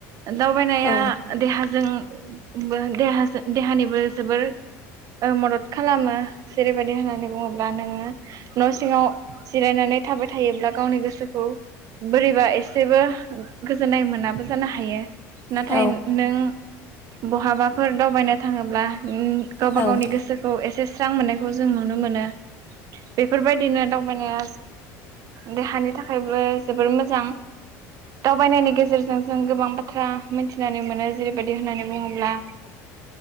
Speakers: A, on the right (about 50°); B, on the left (about 25°).
A: दावबायनाया
B: औ
A: देहाजों बो देहानिबो जोबोर मदद खालामो जेरैबायदि होननानै बुङोब्ला नोङो न' सिङाव जिरायनानै थाबाय थायोब्ला गावनि गोसोखौ बोरैबा एसेबो गोजोननाय मोनाबो जानो हायो हायो नाथाय
B: औ
A: नों बहाबाफोर दावबायनो थाङोब्ला ओम गावबा
B: औ
A: गावनि गोसोखौ एसे स्रां मोननायखौ जों नुनो मोनो बेफोरबायदिनो होनबानिया देहानि थाखायबो जोबोर मोजां दाबायनायनि गेजेरजों जों गोबां बाथ्रा मिथिनानै मोनो जेरैबायदि होननानै बुङोब्ला